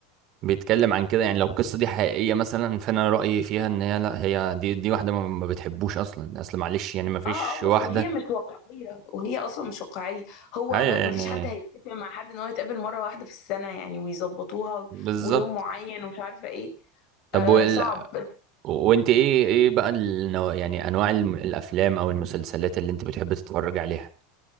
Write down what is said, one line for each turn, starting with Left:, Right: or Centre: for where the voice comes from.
Right: بيتكلم عن كده يعني لو القصة دي حقيقية مثلا فانا رأيي فيها ان هي لا هي دي دي واحدة ما ما بتحبوش اصلا اصل معلش يعني ما فيش
Left: اه اه
Right: واحدة
Left: وهي مش واقعية وهي اصلا مش واقعية هو
Right: ايوه يعني
Left: ب... مفيش حد هيتفق مع حد ان هو يتقابل مرة واحدة في السنة يعني ويظبطوها
Right: بالظبط
Left: ويوم معين ومش عارفة ايه
Right: طب
Left: آه
Right: وال...
Left: صعب
Right: وانت ايه ايه بقى النوع يعني انواع الم- الافلام او المسلسلات اللي انت بتحب تتفرج عليها